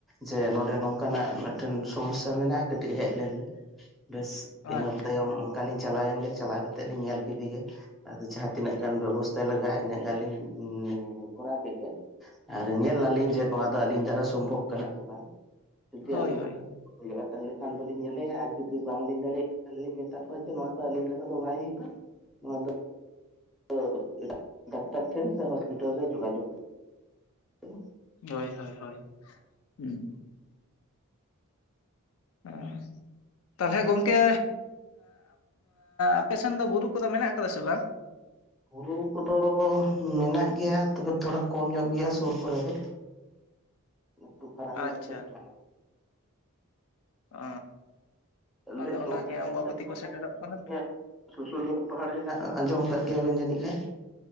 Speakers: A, in the centre; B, on the left.
A: ᱡᱮ ᱱᱚᱰᱮ ᱱᱚᱝᱠᱟᱱᱟᱜ ᱢᱤᱫᱴᱮᱱ ᱥᱚᱢᱚᱥᱥᱟ ᱢᱮᱱᱟᱜᱼᱟ ᱠᱟᱹᱴᱤᱡ ᱦᱮᱡ ᱞᱮᱱ ᱵᱮᱱ ᱵᱮᱥ ᱤᱱᱟᱹ
B: ᱟᱪᱪᱷᱟ
A: ᱛᱟᱭᱚᱢ
B: ᱟᱪᱪᱷᱟ
A: ᱚᱱᱠᱟᱤᱧ ᱪᱟᱞᱟᱣ ᱮᱱ ᱜᱮ ᱪᱟᱞᱟᱣ ᱠᱟᱛᱮᱜ ᱞᱤᱧ ᱧᱮᱞ ᱠᱮᱫᱮ ᱜᱮ ᱟᱫᱚ ᱡᱟᱦᱟᱸᱛᱤᱱᱟᱹᱜ ᱜᱟᱱ ᱵᱮᱵᱚᱥᱛᱷᱟᱭ ᱞᱟᱜᱟᱜᱼᱟ, ᱤᱱᱟᱹᱜ ᱜᱟᱱ ᱞᱤᱧ ᱠᱚᱨᱟᱣ ᱠᱮᱫ ᱜᱮ ᱟᱨ ᱧᱮᱞᱟᱞᱤᱧ ᱡᱮ ᱱᱚᱣᱟ ᱫᱚ ᱟᱹᱞᱤᱧ ᱫᱟᱨᱟ ᱥᱚᱢᱵᱷᱚᱵ ᱠᱟᱱᱟ ᱥᱮ ᱵᱟᱝ ᱡᱩᱫᱤ
B: ᱦᱳᱭ
A: ᱟᱹᱞᱤᱧ
B: ᱦᱳᱭ
A: ᱫᱚ ᱦᱩᱭᱩᱜᱼᱟ ᱛᱟᱦᱞᱮ ᱠᱷᱟᱱ ᱫᱚᱞᱤᱧ ᱧᱮᱞᱮᱭᱟ ᱟᱨ ᱡᱩᱫᱤ ᱵᱟᱝᱞᱤᱧ ᱫᱟᱲᱮᱭᱟᱜ ᱠᱷᱟᱱ ᱛᱟᱦᱞᱮᱤᱧ ᱢᱮᱛᱟ ᱠᱚᱣᱟ ᱱᱚᱣᱟ ᱫᱚ ᱟᱹᱞᱤᱧ ᱫᱟᱨᱟ ᱫᱚ ᱵᱟᱭ ᱦᱩᱭᱩᱜᱼᱟ ᱱᱚᱣᱟ ᱫᱚ <unintelligible> ᱰᱟᱠᱛᱟᱨ ᱴᱷᱮᱱ ᱥᱮ ᱦᱚᱥᱯᱤᱴᱟᱞ ᱨᱮ ᱡᱚᱜᱟᱡᱳᱜ ᱦᱮ
B: ᱦᱳᱭ ᱦᱳᱭ ᱦᱳᱭ ᱦᱩᱸ ᱚ ᱛᱟᱞᱦᱮ ᱜᱚᱝᱠᱮ ᱟᱯᱮ ᱥᱮᱱ ᱫᱚ ᱵᱩᱨᱩ ᱠᱚᱫᱚ ᱢᱮᱱᱟᱜ ᱟᱠᱟᱫᱟ ᱥᱮ ᱵᱟᱝ?
A: ᱵᱩᱨᱩ ᱠᱚᱫᱚ ᱢᱮᱱᱟᱜ ᱜᱮᱭᱟ᱾ ᱛᱚᱵᱮ ᱛᱷᱚᱲᱟ ᱠᱚᱢ ᱧᱚᱜ ᱜᱮᱭᱟ ᱥᱩᱨ ᱠᱚᱨᱮ ᱫᱚ᱾ ᱟᱴᱩ ᱯᱷᱟᱨᱟᱠ ᱧᱚᱜ
B: ᱟᱪᱪᱷᱟ
A: ᱛᱮ ᱦᱮᱱᱟᱜᱼᱟ ᱾
B: ᱚ
A: <unintelligible>
B: ᱟᱫᱚ ᱚᱱᱟᱜᱮ ᱚᱢᱵᱟᱵᱚᱛᱤ ᱠᱚ ᱥᱮᱴᱮᱨᱚᱜ ᱠᱟᱱᱟ ᱛᱚ᱾
A: ᱥᱩᱥᱩᱱᱤᱭᱟᱹ ᱯᱟᱦᱟᱲ ᱦᱮᱱᱟᱜᱼᱟ ᱟᱸᱡᱚᱢ ᱟᱠᱟᱫ ᱜᱮᱭᱟ ᱵᱮᱱ ᱡᱟᱹᱱᱤᱡ ᱠᱷᱟᱱ?